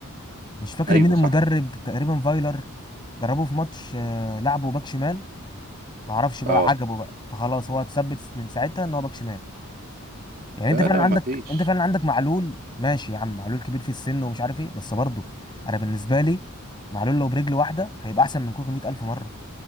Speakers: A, on the left; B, on the right.
A: مش فاكر
B: ايوه
A: مين المدرب
B: صح
A: تقريبا فايلر جربوه في ماتش آه، لعبه باك شمال معرفش بقى
B: اه
A: عجبه بقى فخلاص هو اتثبت من ساعتها ان هو باك شمال يعني
B: لا
A: انت فعلا
B: لا
A: عندك
B: ما فيش
A: انت فعلا عندك معلول ماشي يا عم معلول كبير في السن ومش عارف ايه بس برضه انا بالنسبه لي معلول لو برجل واحده هيبقى احسن من كوكا 100000 مره